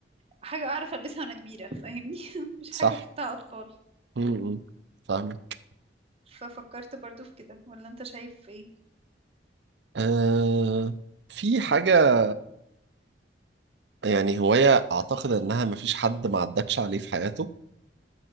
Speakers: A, on the right; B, on the right.
A: حاجة أعرف ألبسها وأنا كبيرة فاهمني <laughs> مش
B: صح
A: حاجة بتاع أطفال
B: مم. مم. فاهمك
A: ففكرت برضو في كده ولا أنت شايف إيه؟
B: آه في حاجة يعني هواية أعتقد إنها مفيش حد ما عدتش عليه في حياته